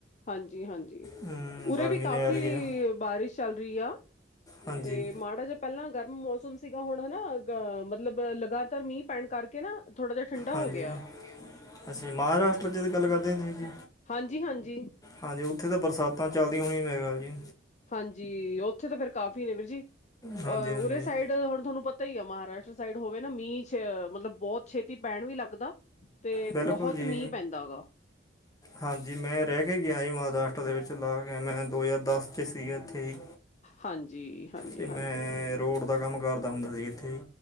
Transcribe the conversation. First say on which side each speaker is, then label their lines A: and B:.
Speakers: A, on the left (about 40°); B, on the left (about 20°).
A: ਹਾਂਜੀ ਹਾਂਜੀ,
B: ਹਮ,
A: ਉਰੇ
B: ਗਰਮੀ
A: ਵੀ ਕਾਫ਼ੀ
B: ਨੇ ਅਰ ਗਿਆ
A: ਬਾਰਿਸ਼ ਚੱਲ ਰਹੀ ਆ
B: ਹਾਂਜੀ
A: ਤੇ ਮਾੜਾ ਜਯਾ ਪਹਿਲਾਂ ਗਰਮ ਮੌਸਮ ਸੀਗਾ, ਹੁਣ ਹੈਨਾ ਅ ਮਤਲਬ ਲਗਾਤਾਰ ਮੀਂਹ ਪੈਣ ਕਰਕੇ ਨਾ ਥੋੜਾ ਜਿਹਾ ਠੰਡਾ
B: ਹਾਂਜੀ,
A: ਹੋ ਗਿਆ
B: ਅਸੀ ਮਹਾਰਾਸ਼ਟਰ, ਜਿਦੀ ਗੱਲ ਕਰਦੇ ਆਂ, ਤੁਸੀਂ ਜੀ
A: ਹਾਂਜੀ ਹਾਂਜੀ
B: ਹਾਂਜੀ, ਉੱਥੇ ਤਾਂ ਬਰਸਾਤਾਂ ਚੱਲਦਿਆਂ ਹੋਣੀਆਂ, ਮੇਰਾ ਖ਼ਯਾਲ ਜੀ
A: ਹਾਂਜੀ, ਉੱਥੇ ਤਾਂ ਫੇਰ ਕਾਫੀ ਨੇ ਵੀਰਜੀ,
B: ਹਾਂਜੀ
A: ਅ
B: ਹਾਂਜੀ
A: ਉਰੇ ਸਾਈਡ ਹੁਣ ਤੁਹਾਨੂੰ ਪਤਾ ਹੀ ਆ ਮਹਾਰਾਸ਼ਟਰ ਸਾਈਡ ਹੋਵੇ ਨਾ, ਮੀਂਹ ਚ ਮਤਲਬ ਬਹੁਤ ਛੇਤੀ ਪੈਣ ਵੀ ਲੱਗਦਾ, ਤੇ
B: ਬਿਲਕੁਲ
A: ਬਹੁਤ
B: ਜੀ
A: ਮੀਂਹ ਪੈਂਦਾ ਹੈਗਾ।
B: ਹਾਂਜੀ, ਮੈਂ ਰਹਿ ਕੇ ਗਿਆ ਜੀ, ਮਹਾਰਾਸ਼ਟਰ ਦੇ ਵਿੱਚ ਲਾ ਕੇ, ਮੈਂ ਦੋ ਹਜ਼ਾਰ ਦਸ ਚ ਸੀਗਾ ਇੱਥੇ ਹੀ।
A: ਹਾਂਜੀ ਹਾਂਜੀ
B: ਤੇ
A: ਹਾਂਜੀ
B: ਮੈਂ ਰੋਡ ਦਾ ਕੰਮ ਕਰਦਾ ਹੁੰਦਾ ਸੀ, ਇੱਥੇ ਹੀ